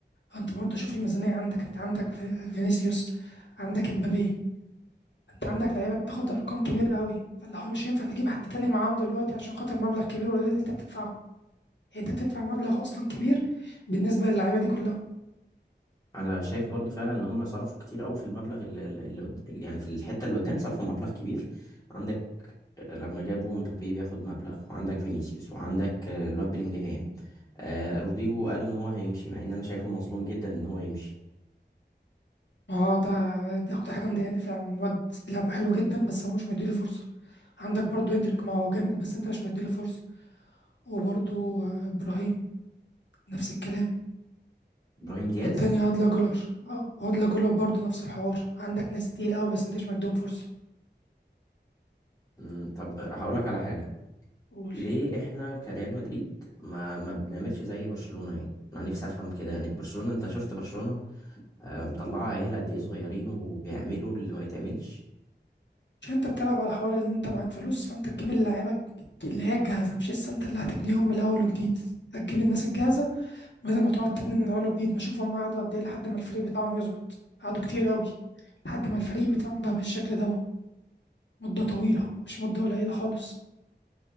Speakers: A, on the left; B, on the left.
A: انت برضو شوف الميزانية عندك انت عندك في- فينيسيوس عندك امبابي انت عندك لعيبة بتاخد ارقام كبيرة قوي فاللي هو مش هينفع تجيب حد تاني معاهم دلوقتي عشان خاطر مبلغ كبير اوريدي اللي انت بتدفعه يعني انت بتدفع مبلغ اصلا كبير بالنسبة للعيبة دي كلها
B: انا شايف برضو فعلا ان هم صرفوا كتير قوي في المبلغ اللي, اللي قد- يعني في الحتة اللي قدام صرفوا مبلغ كبير عندك آه، لما جابوا مبابي بياخد مبلغ وعندك فينيسيوس وعندك آه، الواد بلينجهام آه، روديجو قالوا ان هو هيمشي مع ان انا شايفه مظلوم جدا ان هو يمشي
A: اه ده دي اكتر حاجة مضايقاني فعلا الواد لعبه حلو جدا بس هو مش مديله فرصة عندك برضو هندريك ما هو جامد بس انت مش مديله فرصة وبرضو آه، ابراهيم نفس الكلام
B: ابراهيم دياز
A: والتانية هادلة جولر اه وهادلة جولر برضه نفس الحوار عندك ناس تقيل قوي بس انت مش مديهم فرصة
B: مم، طب هقول لك على حاجة
A: قول
B: ليه احنا كريال مدريد ما ما بنعملش زي برشلونة يعني انا نفسي افهم كده يعني برشلونة انت شفت برشلونة آه، مطلعة عيال قد ايه صغيرين وبيعملوا اللي ما بيتعملش
A: عشان انت بتلعب على حوار ان انت معاك فلوس فانت تجيب اللعيبة الج- اللي هي الجاهزة مش لسه انت اللي هتبنيهم من الاول وجديد هتجيب الناس الجاهزة بدل ما تقعد تبني من الاول وجديد ما اشوف هم قعدوا قد ايه لحد ما الفريق بتاعهم يظبط قعدوا كتير قوي لحد ما الفريق بتاعهم بقى بالشكل ده مدة طويلة مش مدة قليلة خالص